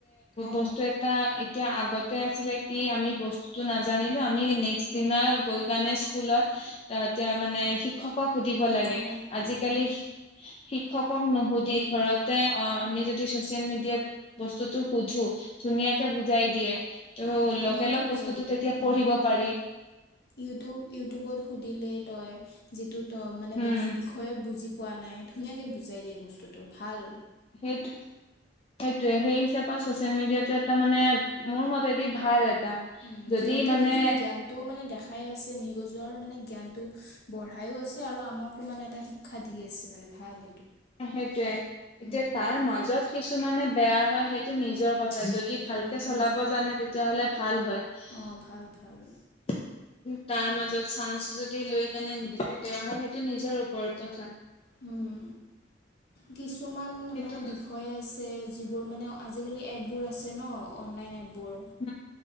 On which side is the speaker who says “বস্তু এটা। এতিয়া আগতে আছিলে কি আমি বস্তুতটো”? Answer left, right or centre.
Left